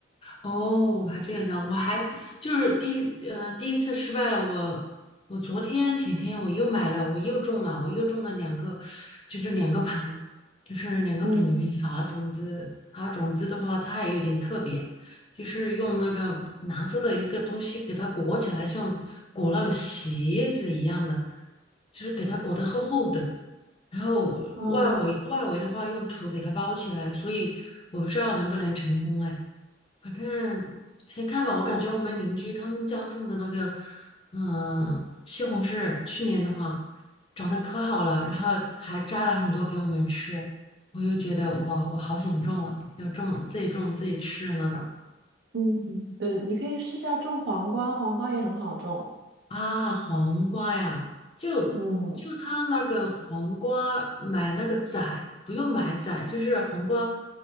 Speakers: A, on the left (about 30°); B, on the right (about 65°).
A: 哦，还这样子啊！我还就是第一呃第一次失败了，我我昨天前天我又买了，我又中了，我又中了两个，就是两个盆，就是两个盆里面撒了种子。
B: 嗯
A: 它种子的话，它还有点特别，就是用那个蓝色的一个东西给它裹起来，像裹那个席子一样的，就是给它裹得厚厚的。然后外围外围的话用土给它包起来，
B: 嗯
A: 所以我不知道能不能成功哎。反正先看吧，我感觉我们邻居他们家种的那个，嗯、西红柿去年的话长得可好了，然后还摘了很多给我们吃，我又觉得哇，我好想种啊，就种自己种自己吃的那种
B: 嗯，对，你可以试下种黄瓜，黄瓜也很好种，
A: 啊，黄瓜呀，就就他那个黄瓜买那个仔，
B: 嗯。
A: 不用买仔，就是黄瓜